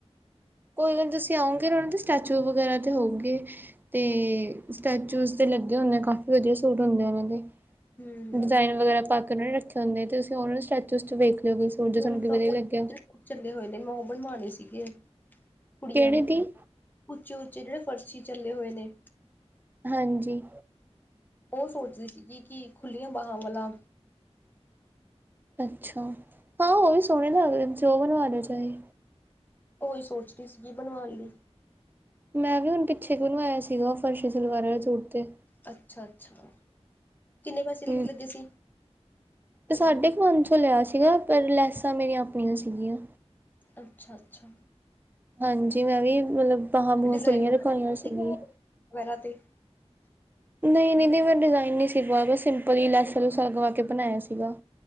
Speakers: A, on the right; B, on the left.
A: ਕੋਈ ਗੱਲ ਨੀਂ ਤੁਸੀਂ ਆਓਗੇ ਨਾਂ ਉਹਨਾਂ ਦੇ ਸਟੈਚੂ ਵਗ਼ੈਰਾ ਤੇ ਹੋਊਗੇ। ਤੇ, ਸਟੈਚੂਸ ਤੇ ਲੱਗੇ ਹੁੰਨੇ ਆਂ, ਕਾਫੀ ਵਧੀਆ ਸੂਟ ਹੁੰਦੇ ਆਂ ਉਹਨਾਂ ਦੇ।
B: ਹੂੰ।
A: ਡਿਜ਼ਾਇਨ ਵਗੈਰਾ ਪਾ ਕੇ ਉਹਨਾਂ ਰੱਖੇ ਹੁੰਦੇ, ਤੇ ਤੁਸੀਂ ਉਹਨਾਂ ਨੂੰ ਸਟੈਚੂਸ ਚ' ਵੇਖ ਲਿਓ ਕੋਈ ਸੂਟ ਜੇ
B: ਹੁਣ
A: ਤੁਹਾਨੂੰ
B: ਤਾਂ
A: ਵਧੀਆ
B: ਉਹ
A: ਲੱਗਿਆ
B: <unintelligible> ਚੱਲੇ ਹੋਏ ਨੇਂ, ਮੈਂ ਉਹ ਬਣਵਾਨੇਂ ਸੀਗੇ। ਕੁੜੀਆਂ
A: ਕਿਹੜੇ
B: ਦੇ,
A: ਦੀ
B: ਉੱਚੇ-ਉੱਚੇ ਜਿਹੜੇ ਫਰਸ਼ੀ ਚੱਲੇ ਹੋਏ ਨੇਂ।
A: ਹਾਂਜੀ।
B: ਉਹ ਸੋਚ ਰੀ ਸੀਗੀ ਕਿ, ਖੁੱਲੀਆਂ ਬਾਹਾਂ ਵਾਲਾ
A: ਅੱਛਾ, ਹਾਂ ਉਹ ਵੀ ਸੋਹਣੇ ਲਗਦੇ ਤੁਸੀਂ ਓ ਬਣਵਾ ਲਿਓ ਚਾਏ।
B: ਉਹੀ ਸੋਚ ਰੀ ਸੀਗੀ ਬਣਵਾਣ ਲੀ।
A: ਮੈਂ ਵੀ ਹੁਣ ਪਿੱਛੇ ਕੁ ਬਣਵਾਇਆ ਸੀਗਾ ਫਰਸ਼ੀ ਸਲਵਾਰ ਆਲਾ ਸੂਟ ਤੇ।
B: ਅੱਛਾ-ਅੱਛਾ, ਕਿੰਨੇ ਪੈਸੇ ਲੀ-ਲੱਗੇ
A: ਹੂੰ
B: ਸੀ।
A: ਸਾਢੇ ਕੁ ਪੰਜ ਸੌ ਲਿਆ ਸੀਗਾ, ਪਰ ਲੈਸਾਂ ਮੇਰੀਆਂ ਆਪਣੀਆਂ ਸੀਗੀਆਂ।
B: ਅੱਛਾ-ਅੱਛਾ।
A: ਹਾਂਜੀ ਮੈਂ ਵੀ, ਮਤਲਬ ਬਾਹਾਂ-ਬੂਹਾਂ
B: ਡਿਜ਼ਾਇਨ
A: ਖੁੱਲੀਆਂ
B: ਵਗੈਰਾ
A: ਰਖਵਾਈਆਂ ਸੀਗੀ।
B: ਸੀਗਾ ਵਗੈਰਾ ਤੇ।
A: ਨਈ- ਨਈ, ਨਈ, ਮੈਂ ਡਿਜ਼ਾਇਨ ਨੀ ਸੀ ਪਵਾਇਆ, ਬਸ ਸਿੰਪਲ ਈ ਲੈਸਾ ਲੂਸਾ ਲਗਵਾ ਕੇ ਬਣਾਇਆ ਸੀਗਾ